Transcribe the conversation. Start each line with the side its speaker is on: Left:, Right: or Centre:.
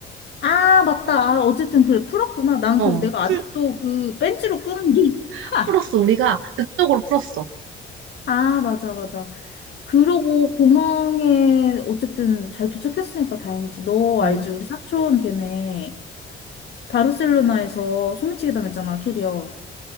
Left: 아, 맞다. 아, 어쨌든 그래. 풀었구나. 난
Right: 어,
Left: 그래서 내가
Right: 풀,
Left: 아직도 그 벤치로 끄는 게.
Right: 다
Left: <laughs>
Right: 풀었어. 우리가 극적으로 풀었어.
Left: 아, 맞아, 맞아. 그러고 공항에 어쨌든 잘 도착했으니까 다행이지. 너
Right: 어,
Left: 알지? 우리 사촌 걔네. 바르셀로나에서 소매치기 당했잖아, 캐리어.